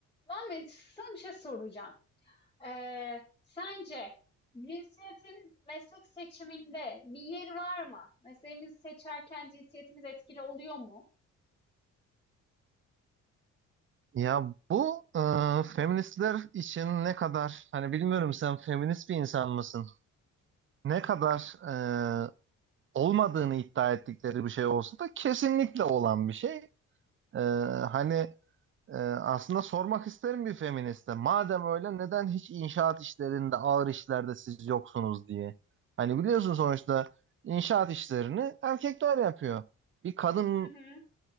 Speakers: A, on the left (about 15°); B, on the right (about 40°).
A: Muhammed, sana bir şey soracağım. Ee, sence cinsiyetin meslek seçiminde bir yeri var mı? Mesleğimizi seçerken cinsiyetimiz etkili oluyor mu?
B: Ya bu e, feministler için ne kadar hani bilmiyorum sen feminist bir insan mısın? Ne kadar e, olmadığını iddia ettikleri bir şey olsa da kesinlikle olan bir şey. E, hani e, aslında sormak isterim bir feministe. Madem öyle neden hiç inşaat işlerinde ağır işlerde siz yoksunuz diye. Hani biliyorsun sonuçta inşaat işlerini erkekler yapıyor. Bir kadın
A: Hı hı.